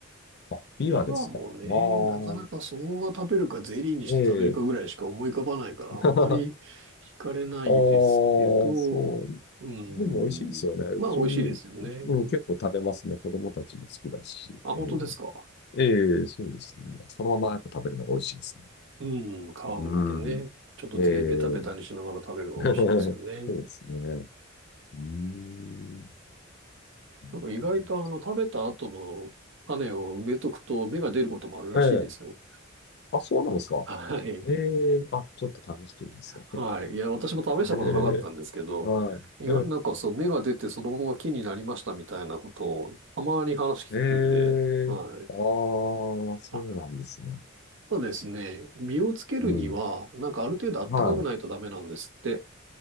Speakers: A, on the left; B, on the right.
A: あ、ビワですか。
B: ビワもね、
A: ああ、
B: なかなかそのまま食べるかゼリーにして食べるかぐらいしか思い浮かばないからあんまり惹かれないですけど、
A: ええ <laughs> ああ、そう。
B: うん。
A: でも美味しいですよね。うち、
B: まあ美味しいですよね。
A: うん、結構食べますね。子供たちも好きだし。
B: あ、本当ですか。
A: ええええそうですね。そのままやっぱ食べるのが美味しいですね。
B: うん。皮むいてね。
A: うん。
B: ちょっと手ベタベタにしながら食べるのが美味しいですよね。
A: ええ <laughs> そうですね。うん。なるほど
B: なんか意外とあの、食べた後の種を植えとくと芽が出ることもあるらしいですよ。
A: ええあ、そうなんですか。
B: はい。
A: ええあ、ちょっと試してみます。<laughs>
B: はい。いや、私も試したことなかったんですけど、
A: ええはい。
B: 意外、なんかそう、芽が出てそのまま木になりましたみたいなことを、たまに話聞くんで、
A: ええええああ
B: はい。
A: そうなんですね。
B: あ、ただですね、実をつけるには、
A: うん。
B: なんかある程度暖かくないとダメなんですって。
A: はい。